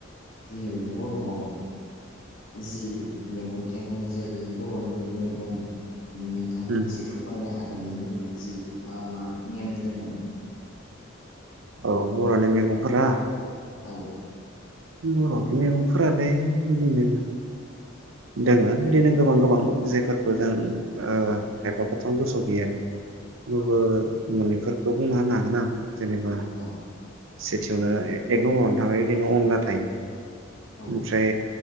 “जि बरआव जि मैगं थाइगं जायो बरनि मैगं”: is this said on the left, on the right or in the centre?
Left